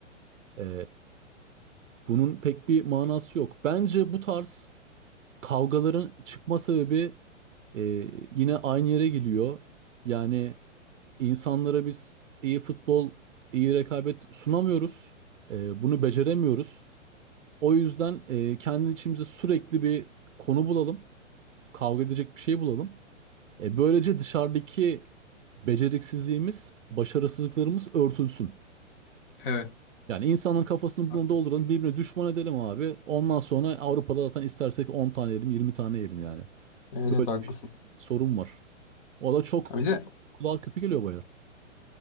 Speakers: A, on the right; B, on the left.
A: e, bunun pek bir manası yok. Bence bu tarz kavgaların çıkma sebebi e, yine aynı yere geliyor. Yani İnsanlara biz iyi futbol, iyi rekabet sunamıyoruz. Ee, bunu beceremiyoruz. O yüzden e, kendi içimize sürekli bir konu bulalım. Kavga edecek bir şey bulalım. E, böylece dışarıdaki beceriksizliğimiz, başarısızlıklarımız örtülsün.
B: Evet.
A: Yani insanın kafasını
B: Haklısın.
A: bunu dolduralım, birbirine düşman edelim abi. Ondan sonra Avrupa'da zaten istersek 10 tane yerim, 20 tane yerim yani.
B: Evet, evet
A: Böyle
B: haklısın.
A: bir sorun var. O da çok
B: Ha, bir de
A: kulağa kötü geliyor baya.